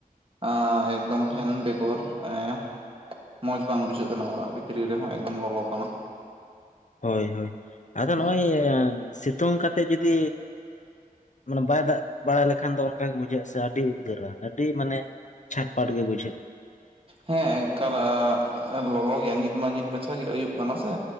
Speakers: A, on the right (about 35°); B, on the left (about 55°).
A: ᱟᱸ ᱮᱠᱫᱚᱢ ᱯᱷᱮᱱ ᱵᱮᱜᱨ ᱮᱸ ᱢᱚᱸᱡᱽ ᱵᱟᱝ ᱵᱩᱡᱷᱟᱹᱜ ᱠᱟᱱᱟ ᱚᱲᱟᱜ ᱵᱷᱤᱛᱨᱤ ᱨᱮᱦᱚᱸ ᱮᱠᱫᱚᱢ ᱞᱚᱞᱚ ᱠᱟᱱᱟ᱾
B: ᱦᱚᱭ ᱦᱚᱭ ᱟᱫᱚ
A: ᱦᱩᱸ
B: ᱱᱚᱜᱼᱚᱭ ᱥᱤᱛ ᱥᱤᱛᱩᱝ ᱠᱟᱛᱮᱫ ᱡᱩᱫᱤ ᱢᱟᱱᱮ ᱵᱟᱭ ᱫᱟᱜ ᱵᱟᱲᱟᱭ ᱞᱮᱠᱷᱟᱱ ᱫᱚ ᱚᱱᱠᱟ ᱜᱤ ᱵᱩᱡᱷᱟᱹᱜᱼᱟ ᱥᱮ ᱟᱨ ᱟᱹᱰᱤ ᱩᱫᱽᱜᱟᱹᱨᱟ ᱟᱹᱰᱤ ᱢᱟᱱᱮ ᱪᱷᱟᱴ ᱯᱟᱴ ᱜᱮ ᱵᱩᱡᱷᱟᱹᱜᱼᱟ
A: ᱦᱮᱸ ᱮᱠᱟᱞ ᱞᱚᱞᱚ ᱜᱮᱭᱟ ᱱᱤᱛ ᱢᱟ ᱱᱤᱛ ᱢᱟᱪᱷᱟ ᱜᱮ ᱟᱭᱩᱵ ᱠᱟᱱᱟ ᱥᱮ᱾